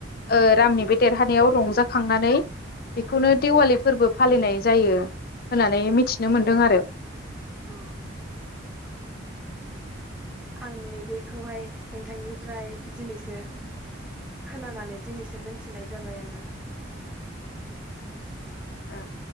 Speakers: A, on the left; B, in the centre.
A: ओ रामनि बे देरहानायाव रंजाखांनानै बेखौनो देवालि फोरबो फालिनाय जायो होननानै मिथिनो मोनदों आरो।
B: औ। आं नैबेखौहाय नोंथांनिफ्राय दिनैसो खोनानानै दिनैसो मोन थिनाय जाबाय आरो
A: ओ